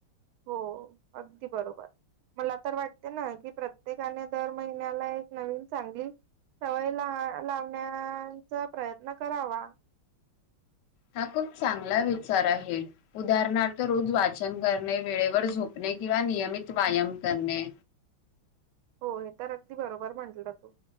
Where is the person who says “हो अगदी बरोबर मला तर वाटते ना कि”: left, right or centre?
Right